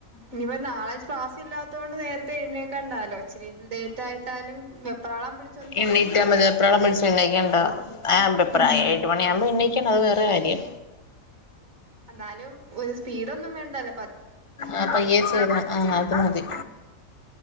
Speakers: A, on the right (about 70°); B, on the left (about 30°).
A: ഇനിപ്പോ നാളാ ക്ലാസ് ഇല്ലാത്തത് കൊണ്ട് നേരത്തെ എഴണേക്കണ്ടാലോ ഇച്ചരി ലേറ്റ് ആട്ട് എാലും വെപ്രാളം പിടിച്ചൊന്നും
B: എണ്ണീറ്റാമതി
A: ചെയ്യണ്ടാലോ
B: എപ്പഴാ പിടിച്ച് എണീക്കണ്ട ആ അഭിപ്രായം
A: ഉം
B: ഏഴ് മണിയാകുമ്പോൾ ഇണ്ണീക്കണം അത് വേറെ കാര്യം
A: എന്നാലും ഒരു സ്പീഡ ഒന്നും വേണ്ടല്ല
B: ആ പയ്യേ ചെയ്ത ആ അത് മതി